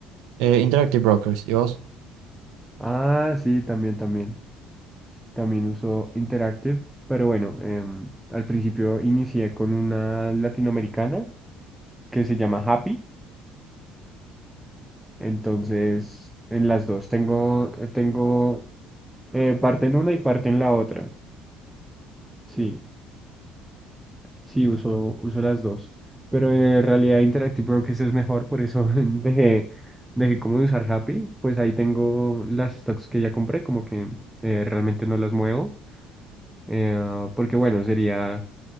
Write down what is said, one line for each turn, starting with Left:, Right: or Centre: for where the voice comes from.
Right: Eh, Interactive Brokers, ¿y vos?
Centre: Ah, sí, también, también. También uso Interactive, pero bueno, em, al principio inicié con una latinoamericana que se llama Happy. Entonces, en las dos, tengo, tengo eh, parte en una y parte en la otra. Sí, sí, uso, uso las dos. Pero en realidad Interactive Brokers es mejor, por eso <laughs> dejé, dejé como de usar Happy. Pues ahí tengo las stocks que ya compré, como que eh, realmente no las muevo. eh, porque bueno, sería